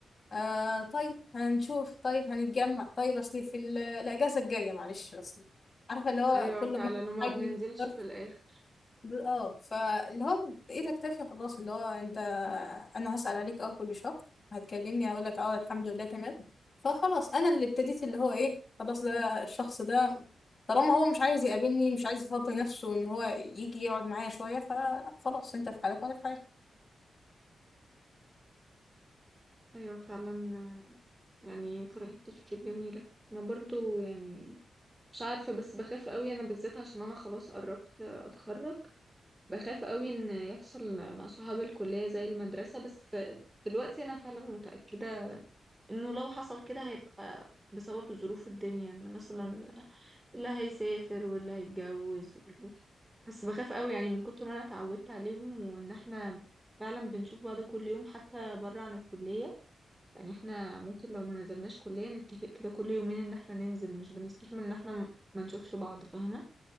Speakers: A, on the left; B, on the right.
A: آه طيب هنشوف طيب هنتجمع طيب اصلي في ال- الاجازه الجايه معلش اصلي عارفه اللي هو
B: ايوه
A: كل
B: فعلا
A: ما
B: وما
A: حاجه
B: بننزلش
A: ظرف
B: في الاخر
A: ب- اه فاللي هو بايدك تكفي خلاص اللي هو انت انا هسال عليك اه كل شهر هتكلمني هقول لك اه الحمد لله تمام فخلاص انا اللي ابتديت اللي هو ايه خلاص ده الشخص ده طالما هو مش عايز يقابلني مش عايز يفضي نفسه ان هو يجي يقعد معايا شويه فخلاص انت في حالك وانا في حالي
B: ايوه فعلا آه، يعني طريقة تفكير جميلة انا برضو يعني مش عارفة بس بخاف قوي انا بالذات عشان انا خلاص قربت آه، اتخرج بخاف قوي ان يحصل مع صحاب الكلية زي المدرسة بس دلوقتي انا فعلا متأكدة انه لو حصل كده هيبقى بسبب ظروف الدنيا ان مثلا اللي هيسافر واللي هيتجوز بس بخاف قوي يعني من كتر ما انا اتعودت عليهم وان احنا فعلا بنشوف بعض كل يوم حتى بره عن الكلية يعني احنا ممكن لو ما نزلناش كلية نتفق كده كل يومين ان احنا ننزل مش بنستحمل ان احنا م- ما نشوفش بعض فاهمة